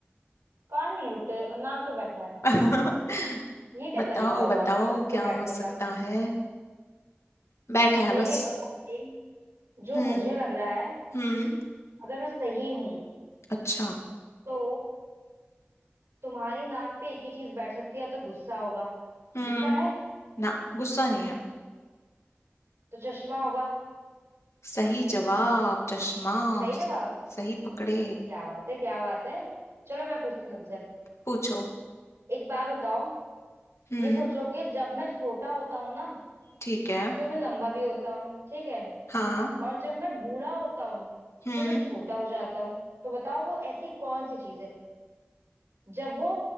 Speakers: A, on the right; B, on the left.
A: कान भी नहीं रुकते और नाक पे बैठा है
B: <laughs>
A: ये क्या
B: बताओ
A: तरीका हुआ
B: बताओ
A: उसके
B: क्या हो
A: बैठने
B: सकता
A: का
B: है बैठा है
A: मेरे
B: बस
A: अकॉर्डिंग जो
B: हम्म
A: मुझे लग रहा है
B: हम्म
A: अगर मैं सही हूं
B: अच्छा
A: तो तुम्हारी नाक पे एक ही चीज बैठ सकती है या तो गुस्सा होगा
B: हम्म
A: गुस्सा है
B: ना गुस्सा नहीं है
A: तो चश्मा होगा
B: सही जवाब चश्मा
A: सही जवाब
B: सही पकड़े
A: क्या बात है क्या बात है चलो मैं पूछती हूँ तुमसे
B: पूछो
A: एक बार बताओ
B: हम्म
A: ये सोचो कि जब मैं छोटा होता हूँ ना
B: ठीक है
A: तो मैं लंबा भी होता हूँ ठीक है
B: हाँ
A: और जब मैं बूढ़ा होता हूँ
B: हम्म
A: तो मैं छोटा हो जाता हूँ तो बताओ वो ऐसी कौन सी चीज है जब वो